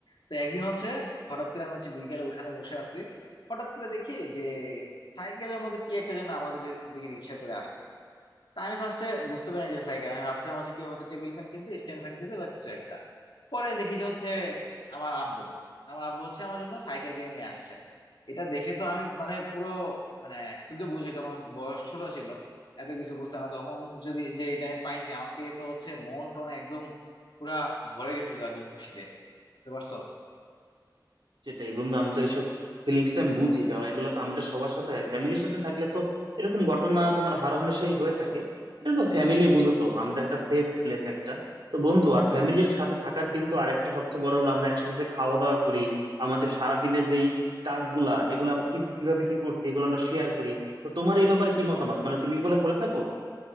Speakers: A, on the left (about 80°); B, on the right (about 85°).
A: তো একদিন হচ্ছে হঠাৎ করে আমি হচ্ছে বিকেলে উঠানে বসে আছি হঠাৎ করে দেখি যে সাইকেলের মতো কি একটা যেন আমাদের দিকে রিক্সা করে আসতেছে তা আমি ফার্স্টে বুঝতে পারিনি যে সাইকেল আমি ভাবছিলাম হচ্ছে কি হয়তো টেবিল ফ্যান কিনছে স্ট্যান্ড ফ্যান কিনছে বা কিছু একটা পরে দেখি যে হচ্ছে আমার আব্বু আমার আব্বু হচ্ছে আমার জন্য সাইকেল কিনে নিয়ে আসছে এটা দেখে তো আমি মানে পুরো মানে তুমি তো বুঝোই তখন বয়স ছোট ছিল এত কিছু বুঝতাম না তখন যদি যে এটা আমি পাইছি আমার পেয়ে তো হচ্ছে মন টন একদম পুরা ভরে গেছিল একদম খুশিতে বুঝতে পারছো
B: সেটাই বন্ধু আমি তো এইসব ফিলিংস টা আমি বুঝি কারণ এগুলো তো আমাদের সবার সাথে ফ্যামিলির সাথে থাকলে তো এরকম ঘটনা তোমার হরহামেশাই হয়ে থাকে এটা তো ফ্যামিলি বুঝো তো আমাদের একটা সেফ প্লেস একটা তো বন্ধু আর ফ্যামিলির সাথে থাকার কিন্তু আরেকটা সবচেয়ে বড় হলো আমরা একসাথে যে খাওয়া দাওয়া করি আমাদের সারাদিনের যেই কাজগুলা এগুলো আমরা কি- কিভাবে কি করছি এগুলো আমরা শেয়ার করি তো তোমার এই ব্যাপারে কি মতামত মানে তুমি এগুলো করে থাকো